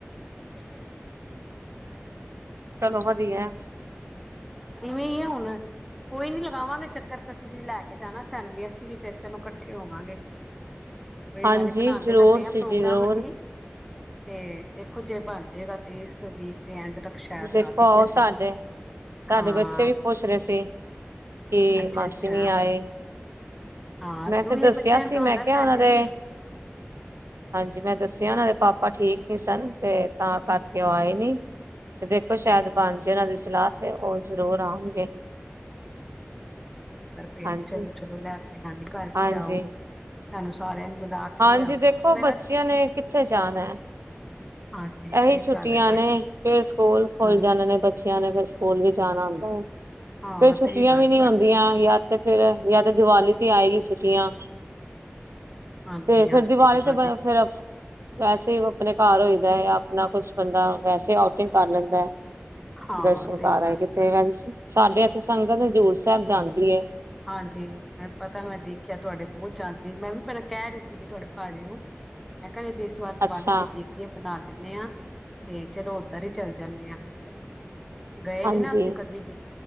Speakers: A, in the centre; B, on the right (about 75°).
A: ਇਸ
B: ਚਲੋ ਵਧੀਆ ਹੈ।
A: ''ਇਵੇਂ ਆ ਹੁਣ ਕੋਈ ਨੀ, ਲਗਾਵਾਂਗੇ ਚੱਕਰ ਫੇਰ, ਤੁਸੀਂ ਲੈਕੇ ਜਾਣਾ, ਸਾਨੂੰ ਵੀ ਅਸੀਂ ਵੀ ਫੇਰ ਚਲੋ ਇਕੱਠੇ ਹੋਵਾਂਗੇ। ਕੋਈ
B: ਹਾਂਜੀ,
A: ਗੱਲ ਨੀ ਬਣਾਉਂਦੇ
B: ਜ਼ਰੂਰ
A: ਤਾਂ ਪਏ ਆ
B: ਸੀ
A: ਪ੍ਰੋਗਰਾਮ
B: ਜੀ ਜ਼ਰੂਰ।
A: ਅਸੀਂ ਤੇ, ਦੇਖੋ ਜੇ ਬਣ ਜਾਏਗਾ ਤੇ ਇਸ ਵੀਕ। ਦੇ ਐਂਡ ਤੱਕ ਸ਼ਾਇਦ
B: ਦੇਖੋ,
A: ਆ ਜਾਈਏ
B: ਆਉ
A: ਅਸੀਂ
B: ਸਾਡੇ। ਸਾਡੇ
A: ਹਾਂ
B: ਬੱਚੇ ਵੀ ਪੁੱਛ ਰਹੇ ਸੀ ਕਿ
A: ਅੱਛਾ
B: ਮਾਸੀ
A: ਅੱਛਾ
B: ਨੀ ਆਏ।
A: ਹਾਂ
B: ਮੈਂ
A: ਤੇ
B: ਫੇਰ
A: ਉਹੀ
B: ਦੱਸਿਆ
A: ਬੱਚਿਆਂ
B: ਸੀ,
A: ਨੂੰ ਤਾਂ
B: ਮੈਂ
A: ਹੁੰਦਾ
B: ਕਿਹਾ
A: ਸਾਡੇ
B: ਉਹਨਾਂ ਦੇ,
A: ਵੀ
B: ਹਾਂਜੀ, ਮੈਂ ਦੱਸਿਆ ਉਹਨਾਂ ਦੇ- ਪਾਪਾ ਠੀਕ ਨੀ ਸਨ। ਤੇ, ਤਾਂ ਕਰਕੇ ਉਹ ਆਏ ਨੀ? ਤੇ ਦੇਖੋ ਸ਼ਾਇਦ ਬਣ ਜੇ ਉਹਨਾਂ ਦੀ ਸਲਾਹ, ਤੇ ਉਹ ਜ਼ਰੂਰ ਆਉਣਗੇ।
A: ਫੇਰ
B: ਹਾਂਜੀ
A: ਵੀ ਚਲੋ- ਚਲੋ ਲੈ। ਤੇ, ਨਾਨੀ ਘਰ
B: ਹਾਂਜੀ
A: ਜਾਓ। ਸਾਨੂੰ ਸਾਰਿਆਂ ਨੂੰ ਮਿਲਾ ਕੇ
B: ਹਾਂਜੀ
A: ਲਿਆਓ
B: ਦੇਖੋ
A: ਤੇ ਮੈਂ
B: ਬੱਚਿਆਂ
A: ਕਿਹਾ
B: ਨੇ ਕਿੱਥੇ ਜਾਣਾ ਹੈ।
A: ਹਾਂਜੀ
B: ਇਹੀ
A: ਸਹੀ
B: ਛੁੱਟੀਆਂ
A: ਗੱਲ ਹੈ ਤੁਹਾਡੀ
B: ਨੇ, ਫੇਰ ਸਕੂਲ ਖੁੱਲ
A: ਹਮ
B: ਜਾਦੇ ਨੇ ਬੱਚਿਆਂ ਨੇ ਫੇਰ, ਸਕੂਲ ਵੀ ਜਾਣਾ ਹੁੰਦਾ ਹੈ?
A: ਹਾਂ
B: ਫੇਰ ਛੁੱਟੀਆਂ
A: ਸਹੀ ਗੱਲ
B: ਵੀ ਨੀ
A: ਤੁਹਾਡੀ
B: ਹੁੰਦੀਆਂ ਯਾਰ। ਤੇ ਫੇਰ, ਯਾ ਤੇ ਦੀਵਾਲੀ ਤੇ ਆਏਗੀ ਛੁੱਟੀਆਂ।
A: ਹਾਂਜੀ
B: ਤੇ
A: ਹਾਂਜੀ
B: ਫੇਰ ਦੀਵਾਲੀ ਤੇ
A: ਦੀ
B: ਫੇਰ ਵੈਸੇ। ਆਪਣੇ ਘਰ ਹੋਈਦਾ। ਜਾਂ ਆਪਣਾ ਕੁਛ ਬੰਦਾ ਵੈਸੇ, ਆਊਟਿੰਗ ਕਰ ਲੈਂਦਾ ਹੈ।
A: ਹਾਂ
B: ਦਰਸ਼ਨ
A: ਸਹੀ
B: ਕਰ ਰਹੇ
A: ਗੱਲ
B: ਆ
A: ਹੈ
B: ਕਿੱਥੇ?
A: ਤੁਹਾਡੀ
B: <unintelligible> ਕਹਿੰਦੀ ਸਾਡੇ ਇੱਥੇ। ਤੇ, ਸੰਗਤ ਹਜ਼ੂਰ ਸਾਹਿਬ ਜਾਂਦੀ ਹੈ।
A: ਹਾਂਜੀ, ਮੈਂ ਪਤਾ, ਮੈਂ ਦੇਖਿਆ ਤੁਹਾਡੇ ਬਹੁਤ ਜਾਂਦੀ ਮੈਂ ਵੀ ਪਹਿਲਾਂ ਕਹਿ ਰਹੀ ਸੀਗੀ ਤੁਹਾਡੇ ਭਾਜੀ ਨੂੰ, ਮੈਂ। ਘਰੇ ਤੇ, ਇਸ ਵਾਰ ਦੀਵਾਲੀ
B: ਅੱਛਾ
A: ਤੇ ਦੇਖ ਦੇ, ਬਣਾ ਲੈਂਦੇ ਹਾਂ। ਠੀਕ। ਚਲੋ ਉੱਧਰ ਹੀ ਚੱਲ ਜਾਣੇ ਆਂ। ਛਾ। ਗਏ
B: ਹਾਂਜੀ
A: ਨੀ ਨਾ ਅਸੀਂ ਕਦੀ ਵੀ,